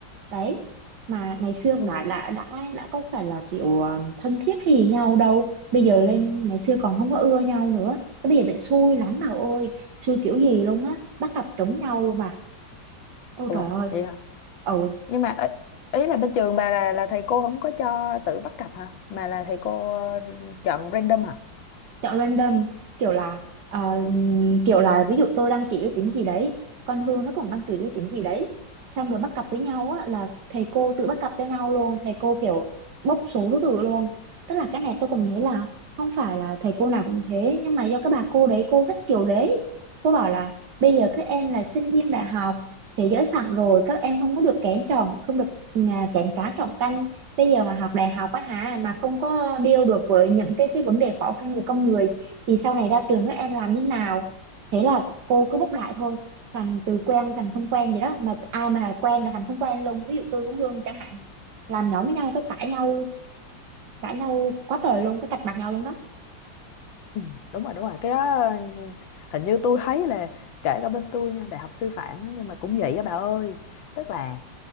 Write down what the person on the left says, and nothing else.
Ừ.
ủa
vậy hả
nhưng mà ý ý là bên trường bà là là thầy cô không có cho tự bắt cặp hả mà là thầy cô ờ, chọn random hả
Ừ, đúng rồi đúng rồi cái đó ừ, hình như tôi thấy là kể cả bên tôi nha đại học sư phạm á, nhưng mà cũng vậy á bà ơi tức là